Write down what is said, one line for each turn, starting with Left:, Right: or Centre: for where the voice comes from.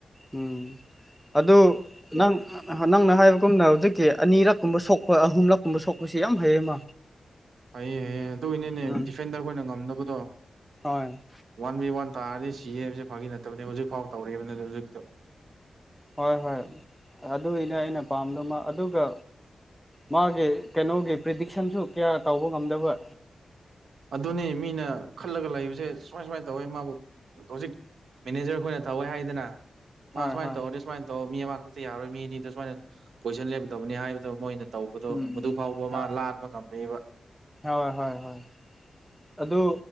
Centre: ꯎꯝ ꯑꯗꯨ ꯅꯪ ꯅꯪꯅ ꯍꯥꯏꯕꯒꯨꯝꯅ ꯍꯧꯖꯤꯛꯀꯤ ꯑꯅꯤꯔꯛ ꯀꯨꯝꯕ ꯁꯣꯛꯄ ꯑꯍꯨꯝꯂꯛꯀꯨꯝꯕ ꯁꯣꯛꯄꯁꯦ ꯌꯥꯝ ꯍꯩꯌꯦ ꯃꯥ
Right: ꯍꯩꯌꯦ ꯍꯩꯌꯦ ꯑꯗꯨꯢꯅꯤꯅꯦ
Centre: ꯎꯝ
Right: ꯗꯤꯐꯦꯟꯗꯔ ꯈꯣꯏꯅ ꯉꯝꯗꯕꯗꯣ
Centre: ꯍꯣꯏ
Right: ꯋꯥꯟ ꯕꯤ ꯋꯥꯟ ꯇꯥꯔꯗꯤ ꯁꯤꯌꯦ ꯍꯥꯏꯕꯁꯦ ꯐꯥꯒꯤ ꯅꯠꯇꯕꯅꯦ ꯍꯧꯖꯤꯛ ꯐꯥꯎ ꯇꯧꯔꯕꯅꯗꯤ ꯍꯧꯖꯤꯛꯇꯣ
Centre: ꯍꯣꯏ ꯍꯣꯏ ꯑꯗꯨꯒꯤꯅꯦ ꯑꯩꯅ ꯄꯥꯝꯕꯗꯨ ꯃꯥ ꯑꯗꯨꯒ ꯃꯥꯒꯤ ꯀꯩꯅꯣꯒꯤ ꯄ꯭ꯔꯤꯗꯤꯛꯁꯟꯁꯨ ꯀꯌꯥ ꯇꯧꯕ ꯉꯝꯗꯕ
Right: ꯑꯗꯨꯅꯤ ꯃꯤꯅ ꯈꯜꯂꯒ ꯂꯩꯕꯁꯦ ꯁꯨꯃꯥꯏ ꯁꯨꯃꯥꯏ ꯇꯧꯋꯦ ꯃꯥꯕꯨ ꯍꯧꯖꯤꯛ ꯃꯦꯅꯦꯖꯔ ꯈꯣꯏꯅ ꯇꯧꯋꯦ ꯍꯥꯏꯗꯅ ꯃꯥ
Centre: ꯍꯣꯏ
Right: ꯁꯨꯃꯥꯏꯅ
Centre: ꯍꯣꯏ
Right: ꯇꯧꯔꯗꯤ ꯁꯨꯃꯥꯏꯅ ꯇꯧ ꯃꯤ ꯑꯃꯈꯛꯇ ꯌꯥꯔꯣꯏ ꯃꯤ ꯑꯅꯤꯗ ꯁꯨꯃꯥꯏꯅ ꯄꯣꯖꯤꯁꯟ ꯂꯦꯒꯗꯕꯅꯤ ꯍꯥꯏꯕꯗꯣ ꯃꯣꯏꯅ ꯇꯧꯕꯗꯣ
Centre: ꯎꯝ
Right: ꯃꯗꯨ ꯐꯥꯎꯕ
Centre: ꯎꯝ
Right: ꯃꯥ ꯂꯥꯟꯕ ꯉꯝꯃꯦꯕ
Centre: ꯍꯣꯏ ꯍꯣꯏ ꯍꯣꯏ ꯑꯗꯨ